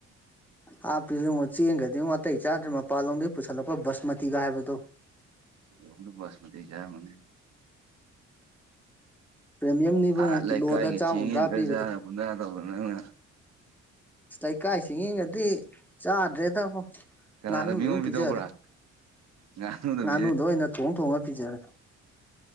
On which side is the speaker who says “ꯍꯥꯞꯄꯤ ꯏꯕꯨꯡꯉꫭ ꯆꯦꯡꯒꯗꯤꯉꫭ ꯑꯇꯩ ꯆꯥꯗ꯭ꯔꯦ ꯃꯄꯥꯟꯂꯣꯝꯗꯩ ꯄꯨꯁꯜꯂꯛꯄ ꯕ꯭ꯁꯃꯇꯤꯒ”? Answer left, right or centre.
Centre